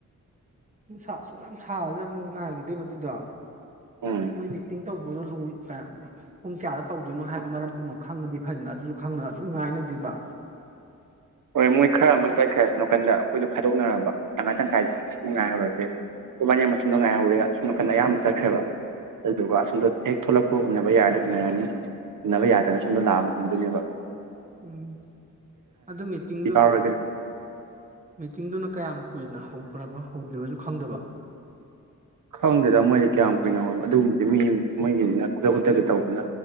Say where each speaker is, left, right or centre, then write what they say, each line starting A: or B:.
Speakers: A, on the right; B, on the right.
A: ꯅꯨꯡꯁꯥ ꯑꯁꯨꯛ ꯌꯥꯝ ꯁꯥꯕꯁꯤꯗ ꯑꯃꯨꯛ ꯉꯥꯏꯒꯤꯗꯣꯏꯕ ꯑꯗꯨꯗꯣ
B: ꯎꯝ
A: ꯃꯣꯏ ꯃꯤꯇꯤꯡ ꯇꯧꯕꯗꯣ ꯂꯣꯢ ꯄꯨꯡ ꯀꯌꯥꯗ ꯇꯧꯗꯣꯏꯅꯣ ꯍꯥꯏꯕ ꯃꯔꯝꯗꯨꯃ ꯈꯪꯉꯗꯤ ꯐꯩꯗꯅ ꯑꯗꯨꯁꯨ ꯈꯪꯗꯅ ꯑꯗꯨꯝ ꯉꯥꯏ ꯂꯩꯗꯣꯏꯕ
B: ꯍꯣꯏ ꯃꯣꯏ ꯈꯔ ꯑꯃ ꯆꯠꯈ꯭ꯔꯦ ꯑꯁ ꯅꯥꯀꯟꯗ ꯑꯩꯈꯣꯏꯗꯣ ꯈꯥꯏꯗꯣꯛꯅꯔꯕ ꯇꯪꯈꯥꯏ ꯇꯪꯈꯥꯏꯗ ꯑꯁꯨꯝ ꯉꯥꯏꯍꯧꯔꯁꯦ ꯈꯣꯏꯕꯥꯅꯤ ꯑꯃ ꯑꯁꯣꯝꯗ ꯉꯥꯏꯍꯧꯔꯦ ꯑꯁꯣ ꯅꯥꯀꯟꯗ ꯑꯌꯥꯝꯕ ꯆꯠꯈ꯭ꯔꯕ ꯑꯗꯨꯗꯨꯒ ꯑꯁꯨꯝꯝꯗꯣ ꯍꯦꯛ ꯊꯣꯛꯂꯛꯄ ꯎꯅꯕ ꯌꯥꯔꯗꯤ ꯎꯅꯔꯅꯤ ꯎꯟꯅꯅꯕ ꯌꯥꯗꯅ ꯁꯣꯝꯗꯣ ꯂꯥꯛꯑ ꯎꯟꯅꯗꯣꯏꯅꯦꯕ
A: ꯑꯝ ꯑꯗꯨꯃꯤ ꯃꯤꯇꯤꯡꯗꯨ
B: ꯌꯥꯎꯔꯒꯦ
A: ꯃꯤꯇꯤꯡꯗꯨꯅ ꯀꯌꯥ ꯌꯥꯝ ꯀꯨꯏꯅ ꯍꯧꯈꯒ꯭ꯔꯕ ꯍꯧꯗ꯭ꯔꯤꯕꯖꯨ ꯈꯪꯗꯕ
B: ꯈꯪꯗꯦꯗ ꯃꯣꯏꯗꯤ ꯀꯌꯥꯝ ꯀꯨꯏꯅ ꯍꯧꯔ ꯑꯗꯨꯕꯨꯗꯤ ꯃꯤ ꯃꯣꯏꯒꯤꯅ ꯈꯨꯗ ꯈꯨꯗꯛꯠꯇꯀꯤ ꯇꯧꯕꯗꯅꯤꯅ